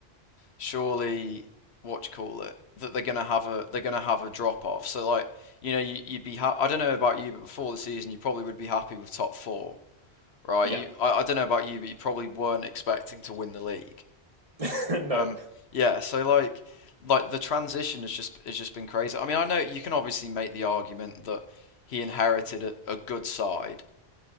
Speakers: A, on the left (about 75°); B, on the right (about 35°).
A: surely what you call it that they're gonna have a they're gonna have a drop off. So like you know you, you'd be ha- I don't know about you, but before the season you probably would be happy with top four, right?
B: Yeah,
A: You I, I don't know about you, but you probably weren't expecting to win the league.
B: <laughs>
A: Um,
B: no,
A: yeah. So like like the transition has just has just been crazy. I mean, I know you can obviously make the argument that he inherited a, a good side,